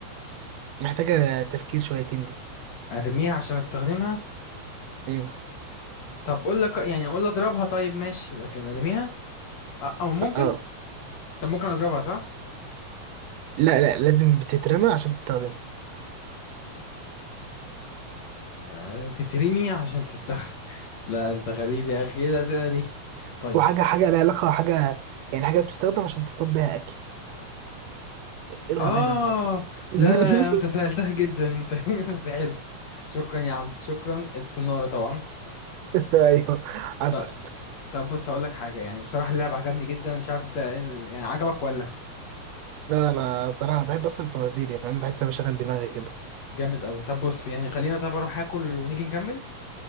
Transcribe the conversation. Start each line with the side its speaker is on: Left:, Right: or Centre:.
Right: محتاجة تفكير شويتين دي
Left: أرميها عشان أستخدمها
Right: مم.
Left: طب أقول لك يعني أقول أضربها طيب ماشي لكن أرميها أه أو ممكن
Right: آه
Left: طب ممكن اضربها صح؟
Right: لا لا لازم بتترمى عشان تستخدمها
Left: آه لازم تترمي عشان تستخدم <laughs> لا انت غريب يا اخي ايه الاسئله دي؟ طيب
Right: وحاجة حاجة لها علاقة حاجة يعني حاجة بتستخدم عشان تصطاد بيها أكل إيه الغباء
Left: اه
Right: اللي أنا قلته ده <laughs>
Left: لا لا انت سألتها جدا انت <laughs> بس حلو شكرا يا عم شكرا السنارة طبعا
Right: أيوه حصل
Left: طب طب بص هقول لك حاجة يعني بصراحة اللعب عجبني جدا مش عارف انت يعني عجبك ولا
Right: لا أنا صراحة بحب أصلا الفوازير يعني فاهم، بحس أنا بشغل دماغي كده
Left: جامد قوي طب بص يعني خلينا طب اروح اكل ونيجي نكمل